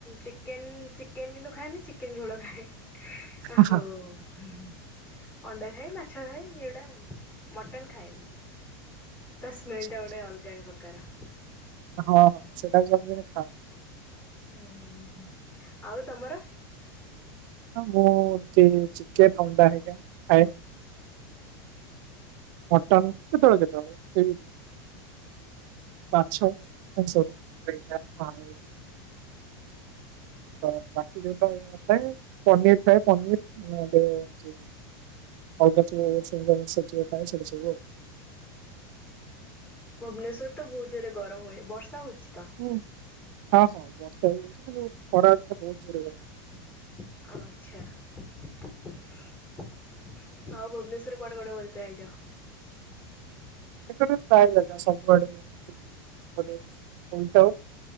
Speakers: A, on the left; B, on the right.
A: ଚିକେନ୍ ଚିକେନ୍ କିନ୍ତୁ ଖାଏନି ଚିକେନ୍ ଝୋଳ ଖାଏ। ଆ
B: ଆଚ୍ଛା
A: ହୋ ହୁଁ ହୁଁ ଅଣ୍ଡା ଖାଏ, ମାଛ ଖାଏ, ଏଗୁଡ଼ା ଆଉ ମଟନ ଖାଏନି। ତା ସ୍ମେଲଟା
B: ଆଚ୍ଛା
A: ଗୋଟେ ଅଲଗା ପ୍ରକାର।
B: ହଁ ଜଣେ ଜଣେ ଖା
A: ଉ ହୁଁ, ଆଉ ତମର
B: ହୁଁ, ମୁଁ ଚି ଚିକେନ ଅଣ୍ଡା ହେରିକା ଖାଏ। ମଟନ୍ କେତେବେଳେ କେତେବେଳେ ସେ ମାଛ, ମାଂସ ସେଇଟା ଖାଏ ତ ବାକି ଯୋଉଟା ଥାଏ ପନିର ଥାଏ ପନିର <unintelligible> ଅଲଗା <unintelligible>
A: ଭୁବନେଶ୍ଵର ତ ବହୁତ ଜୋର୍ ରେ ଗରମ ହୁଏ, ବର୍ଷା ହଉଛି ତ।
B: ହୁଁ- ହଁ-ହଁ ବର୍ଷା ହେଇଯାଉଛି ଖରା କିନ୍ତୁ ବହୁତ ଜୋରେ <unintelligible>
A: ଆଚ୍ଛା। ଆଉ ଭୁବନେଶ୍ଵରରେ କୁଆଡ଼େ କୁଆଡ଼େ ବୁଲତେ ଆଇଚ?
B: ଭୁବନେଶ୍ୱର ରେ ପ୍ରାୟ ଜାଗା ସବୁଆଡ଼େ ବୁଲିଯାଉ।